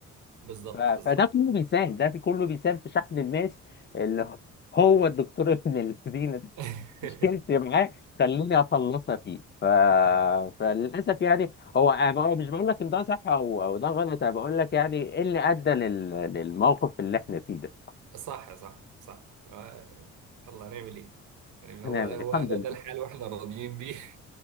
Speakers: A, on the right (about 75°); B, on the left (about 35°).
A: بالظبط
B: ف... فده
A: بالظبط
B: كله بيساهم
A: بالظبط
B: ده في كله بيساهم
A: مم.
B: في شحن الماس اللي هو الدكتور <laughs> ابن الذين ده
A: <laughs>
B: مشكلتي معاه خليني اخلصها فيه ف...
A: اه
B: فللاسف يعني هو أنا بقول- مش بقول لك ان ده صح او او ده غلط انا بقول لك يعني ايه اللي ادى لل... للموقف اللي احنا فيه ده
A: صح صح صح آه، يلا هنعمل ايه يعني
B: هنعمل
A: هو هو
B: إيه؟ الحمد
A: هو
B: لله
A: ده الحال واحنا راضيين بيه